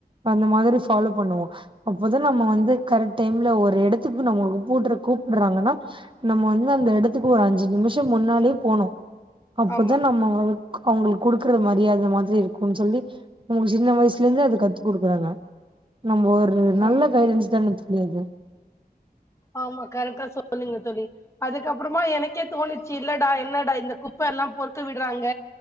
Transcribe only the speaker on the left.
ஆமா
ஆமா
ஆமா கரெக்டா சொல்லுங்க தோழி அதுக்கப்புறமா எனக்கே தோனுச்சு இல்லடா என்னடா இந்த குப்ப எல்லா பொறுக்க விடுறாங்க